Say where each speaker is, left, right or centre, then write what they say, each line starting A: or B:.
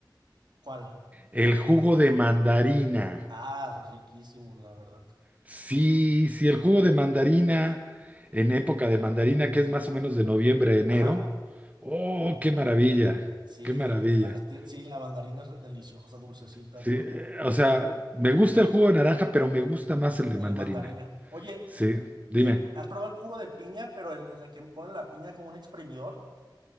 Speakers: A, on the right (about 70°); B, on the right (about 20°).
A: ¿Cuál?
B: El jugo de mandarina.
A: Ah, riquísimo, la verdad.
B: Sí, sí, el jugo de mandarina en época de mandarina, que es más o menos de noviembre a enero.
A: Ajá,
B: Oh, qué maravilla,
A: sí,
B: qué maravilla.
A: la, sí, la mandarina es re- deliciosa, dulcecita,
B: Sí,
A: ¿no?
B: eh, o sea, me gusta el jugo de naranja, pero me gusta más el de
A: El
B: mandarina.
A: de mandarina. Oye,
B: Sí, dime.
A: em, ¿has probado el jugo de piña, pero el, en el que ponen la piña como un exprimidor?